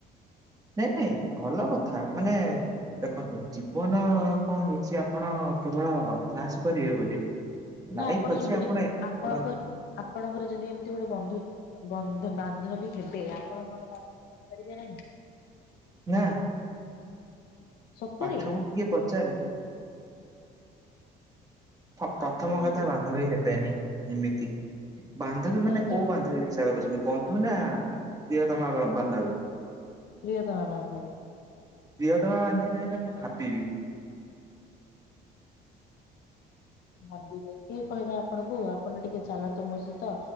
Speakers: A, on the right; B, on the left.
A: ନାଇଁ ନାଇଁ ଭଲ କଥା ମାନେ ଦେଖନ୍ତୁ ଜୀବନ କଣ ହେଇଛି ଆପଣ କେବଳ କ୍ଲାସ କରିବେ ବୋଲି। ଲାଇଫ
B: ନା ଆପଣ
A: ଅଛି
B: ଶୁଣିଲେ
A: ଏଞୟ
B: ଆପଣଙ୍କ
A: କରନ୍ତୁ
B: ଆପଣଙ୍କର ଯଦି ଏମିତି ଗୋଟେ ବନ୍ଧୁ ବନ୍ଧୁ ବାନ୍ଧବୀ ହେବେ ଆପଣ କଣ ତାହେଲେ କରିବେ ନାହିଁ।
A: ନା।
B: ସତରେ
A: ପାଠକୁ କିଏ ପଚାରେ? ପ୍ରଥମ
B: ଆପଣ ଯୋଉ
A: କଥା ବାନ୍ଧବୀ ହେବେନି ଏମିତି ବାନ୍ଧବୀ ମାନେ
B: କାହିଁକି
A: କୋଉ ବାନ୍ଧବୀ? ଭାବୁଛନ୍ତି ବନ୍ଧୁ ନା ପ୍ରିୟ ତମା ବାନ୍ଧବୀ।
B: ପ୍ରିୟତମା ବାନ୍ଧବୀ।
A: ପ୍ରିଅତମା ବାନ୍ଧବି ହେଲେ ମୁଁ ଭାବିବି।
B: ଭାବିବେ ସେ କହିବେ ଆପଣଙ୍କୁ ଆପଣ ଟିକେ ଚାଲନ୍ତୁ ମୋ ସହିତ